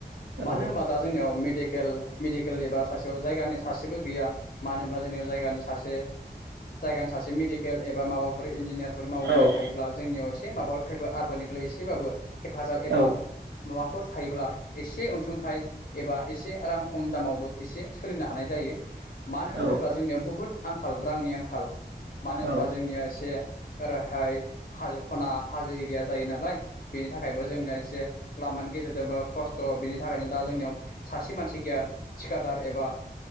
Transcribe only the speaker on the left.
मानो होनबा दा जोंनियाव <unintelligible> मेडिकेल एबा सासेयाव जायगानि सासेबो गैया मानो होनब्ला जोंनियाव जायगानिासे जायगानि सासे मेडिकेल एबा माबाफोर इन्जिनियार फोर मावनाय
थायोब्ला जोंनियाव एसे माबा खैफोद आफादनिफ्राय एसेबाबो हेफाजाब एबा
माबाफोर थायोब्ला एसे अनसुंथाइ एबा एसे रां खम दामावबो एसे सोलिनो हानाय जायो मानो
होनोब्ला जोंनियाव बुहुत आंखाल रांनि आंखाल। मानो होनब्ला
जोंनिया एसे ओरैहाय हाजो खना हाजो एरिया जायो नालाय। बेनि थाखायबो जोंनो एसे लामानि गेजेरजोंबो खस्थ' बिनि थाखायनो दा जोंनियाव सासे मानसि गैया थिखादार एबा